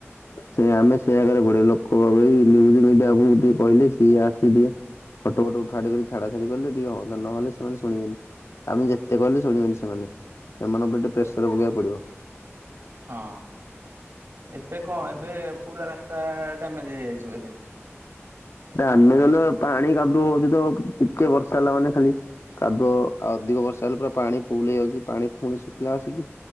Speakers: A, on the left (about 70°); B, on the right (about 60°).
A: ସେ ଆମେ ସେ ଜାଗାରେ ପଢ଼ୀବା ଲୋକ ଗହଳି ନିଉଜୁ ମିଡିୟା ଆପଣଙ୍କୁ କିଏ କହିଲେ ସିଏ ଆସି ଟିକେ <unintelligible> ଫଟ ଫଟ ଉଠା ଉଠି କରି ଛାଡ ସେଇ ଗଲେ ଟିକେ ହଅନ୍ତା ନହେଲେ ସେମାନେ ଶୁଣିବେନି ଆମେ ଯେତେ କହଲେ ଶୁଣିବେନି ସେମାନେ। ସେମାନଙ୍କ ଉପରେ ଟିକେ ପ୍ରେସର ପକେଇବା କୁ ପଡିବ।
B: ହଁ ଏବେ କଣ ଏବେ ପୁରା ରାସ୍ତା ଡାମେଜ୍ ହେଇଯାଇଛି ବୋଧେ।
A: ଏ ଆମେ ନହେଲେ ପାଣି କାଦୁ ହଉଚି ତ ଟିକେ ବର୍ଷା ହେଲା ମାନେ ଖାଲି। କାଦୁଅ ଆ ଅଧିକ ବର୍ଷା ହେଲେ ପୁରା ପାଣି ଫୁଲ ହେଇଯାଉଛି ପାଣି ଫୁଣି ଶୁଖିଲା ଆସିକି